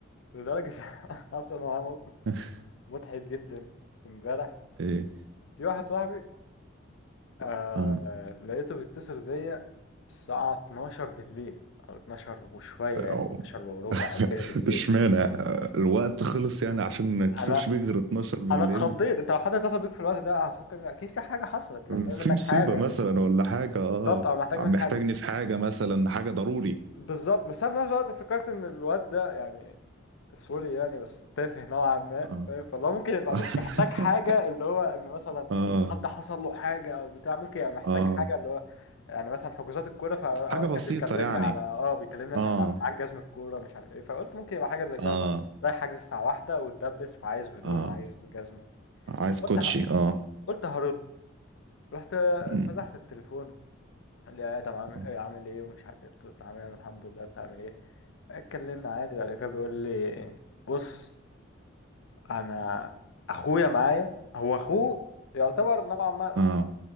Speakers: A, on the left; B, on the right.
A: لدرجة <laughs> أصلا هو موقف
B: <laughs>
A: مضحك جدا امبارح
B: ايه
A: في واحد صاحبي آه
B: اه
A: لقيته بيتصل بيا الساعة 12 بالليل أو 12 وشوية
B: أو-
A: يعني 12 وربع
B: <laughs>
A: كده بالليل
B: اشمعنى آه، الوقت خلص يعني عشان ما يتصلش
A: أنا
B: بيه غير 12 بالليل
A: أنا اتخضيت أنت لو حد اتصل بيك في الوقت ده هفكر إن أكيد في حاجة حصلت محتاج
B: في
A: منك
B: مصيبة
A: حاجة
B: مثلا ولا حاجة اه
A: بالظبط أو محتاج
B: محتاجني
A: مني حاجة
B: في حاجة مثلا حاجة ضروري
A: بالظبط بس أنا في نفس الوقت فكرت إن الواد ده يعني سوري يعني بس تافه نوعا ما
B: اه
A: فاهم فاللي هو ممكن يبقى
B: <laughs>
A: مش محتاج حاجة اللي هو إن مثلا
B: اه
A: حد حصل له حاجة أو بتاع ممكن يبقى محتاج
B: اه
A: حاجة اللي هو يعني مثلا حجوزات الكورة فأوقات
B: حاجة بسيطة
A: كان بيكلمني
B: يعني
A: على اه بيكلمني مثلا
B: اه
A: على معاك جزم الكورة مش عارف إيه فقلت ممكن يبقى حاجة زي كده
B: اه
A: مثلا رايح حجز الساعة واحدة واتدبس فعايز هدوم
B: اه
A: عايز جزمة
B: عايز
A: قلت
B: كوتشي
A: ه...
B: اه
A: قلت هرد رحت
B: مم.
A: فتحت التليفون قال لي يا آدم عامل
B: اه
A: إيه عامل إيه ومش عارف إيه قلت له عامل إيه الحمد لله بتعمل إيه اتكلمنا عادي بعد كده بيقول لي بص انا اخويا معايا هو اخوه يعتبر نوعا ما
B: اه
A: ص-